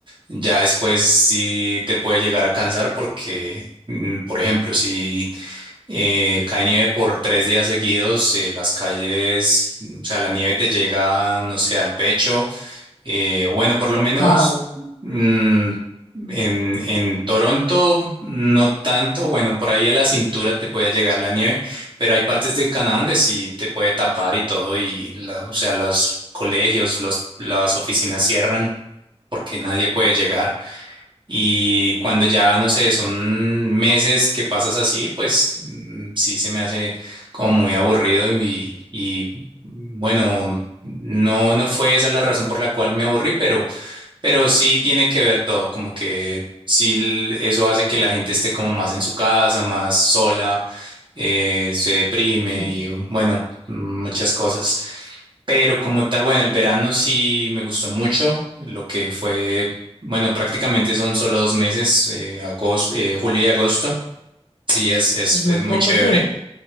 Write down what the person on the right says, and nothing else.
Ya después sí te puede llegar a cansar porque, mm, por ejemplo, si eh, cae nieve por tres días seguidos, eh, las calles, o sea, la nieve te llega, no sé, al pecho. eh, o bueno, por lo menos
mm, en, en Toronto no tanto, bueno, por ahí a la cintura te puede llegar la nieve, pero hay partes de Canadá donde sí te puede tapar y todo, y la- o sea, los colegios, los, las oficinas cierran porque nadie puede llegar. Y cuando ya, no sé, son meses que pasas así, pues mm, sí se me hace como muy aburrido y, y bueno, no, no fue esa la razón por la cual me aburrí, pero, pero sí tiene que ver todo, como que sí l- eso hace que la gente esté como más en su casa, más sola, eh, se deprime
y bueno, muchas cosas. Pero como tal, bueno, el verano sí me gustó mucho, lo que fue, bueno, prácticamente son solo dos meses, eh, agosto, eh, julio y agosto. Sí, es, es,
es muy
chévere.